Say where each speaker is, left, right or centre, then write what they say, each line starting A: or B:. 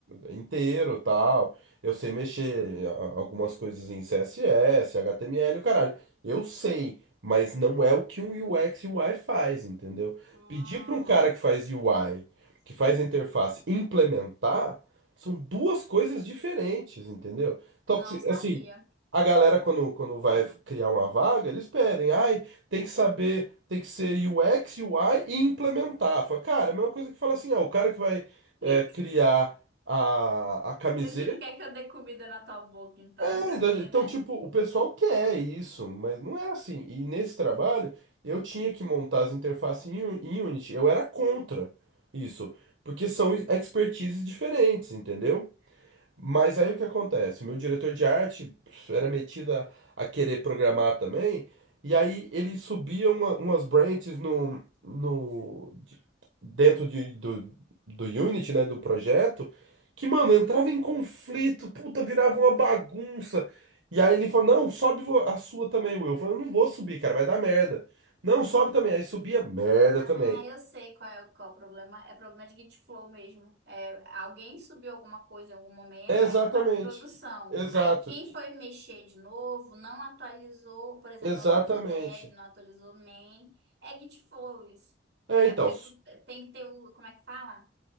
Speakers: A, on the right (about 85°); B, on the right (about 65°).
A: inteiro, tal. Eu sei mexer a- algumas coisas em CSS, HTML, o caralho. Eu sei, mas não é o que um UX e UI faz, entendeu?
B: Ah,
A: Pedir para um cara que faz UI,
B: entendi.
A: que faz interface, implementar, são duas coisas diferentes, entendeu? Então,
B: Não
A: se-
B: sabia.
A: assim, a galera, quando, quando vai criar uma vaga, eles pedem. Ai, tem que saber, tem que ser U x UX, UI e implementar. Fala, Cara, é a mesma coisa que fala assim, ah, o cara que vai é,
B: <laughs>
A: criar a, a camiseta.
B: Você não quer que eu dê comida na tua boca, então,
A: é,
B: também,
A: Então,
B: né?
A: tipo, o pessoal quer isso, mas não é assim. E nesse trabalho, eu tinha que montar as interfaces em, U- em Unity. Eu era contra isso, porque são expertises diferentes, entendeu? Mas aí o que acontece? O meu diretor de arte era metido a, a querer programar também, e aí ele subia uma- umas branches no, no, de- dentro de- do, do Unity, né, do projeto, que, mano, entrava em conflito, puta, virava uma bagunça. E aí ele falou, não, sobe vo- a sua também, Will. Eu falei, eu não vou subir, cara, vai dar merda. Não, sobe também. Aí subia, merda
B: Ah,
A: também.
B: eu sei qual é, o qual é o problema. É problema de Git Flow mesmo. É, alguém subiu alguma coisa em algum momento,
A: Exatamente.
B: aí já estava em produção.
A: Exato.
B: Aí quem foi mexer de novo não atualizou, por exemplo,
A: Exatamente.
B: não atualizou dev, não atualizou main. É Git Flow isso.
A: É,
B: É
A: então.
B: porque tu tem que ter o, como é que fala?